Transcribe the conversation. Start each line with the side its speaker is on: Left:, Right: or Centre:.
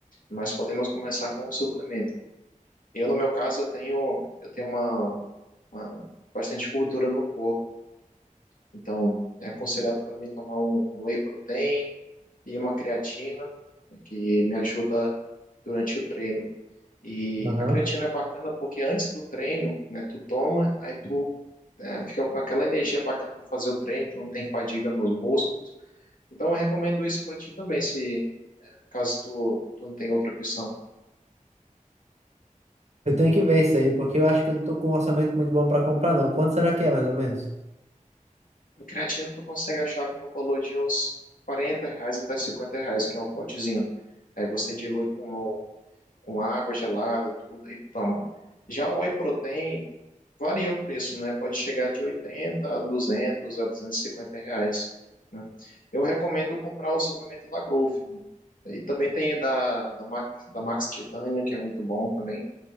Left: nós podemos começar com um suplemento. Eu, no meu caso, eu tenho eu tenho uma, uma bastante gordura no corpo. Então, é aconselhado para mim tomar um um whey protein e uma creatina, né, que me ajuda durante o treino. E
Right: Aham.
Left: a creatina é bacana porque antes do treino, né, tu toma, aí tu é, fica com aquela energia bacana para fazer o treino, tu não tem fadiga nos músculos. Então eu recomendo isso para ti também, se caso tu, tu não tem outra opção.
Right: Eu tenho que ver isso aí, porque eu acho que eu não tô com um orçamento muito bom para comprar, não. Quanto será que é, mais ou menos?
Left: A creatina tu consegue achar no valor de uns 40 reais até 50 reais, que é o potezinho. Aí você dilui com com água gelada, tudo, e toma. Já o whey protein varia o preço, né? Pode chegar de 80 a 200 a 250 reais. né? Eu recomendo comprar o suplemento da Growth, né? E também tem da, da, Max, da Max Titanium, que é muito bom também.